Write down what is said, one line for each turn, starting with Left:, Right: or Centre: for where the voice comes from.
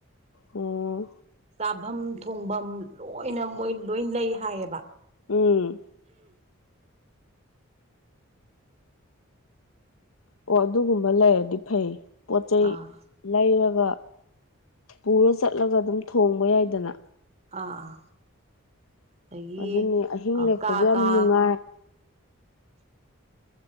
Left: ꯑꯣ
Right: ꯆꯥꯐꯝ ꯊꯣꯡꯐꯝ ꯂꯣꯏꯅ ꯃꯣꯏ ꯂꯣꯏ ꯂꯩ ꯍꯥꯏꯌꯦꯕ
Left: ꯎꯝ ꯑꯣ ꯑꯗꯨꯒꯨꯝꯕ ꯂꯩꯔꯗꯤ ꯐꯩ ꯄꯣꯠ ꯆꯩꯩ
Right: ꯑꯥ
Left: ꯂꯩꯔꯒ ꯄꯨꯔ ꯆꯠꯂꯒ ꯑꯗꯨꯝ ꯊꯣꯡꯕ ꯌꯥꯏꯗꯅ
Right: ꯑꯥ ꯑꯗꯒꯤ
Left: ꯑꯗꯨꯅꯤ ꯑꯍꯤꯡ ꯂꯦꯛꯄꯗꯣ
Right: ꯀꯥ
Left: ꯌꯥꯝ
Right: ꯀꯥ
Left: ꯅꯨꯡꯉꯥꯏ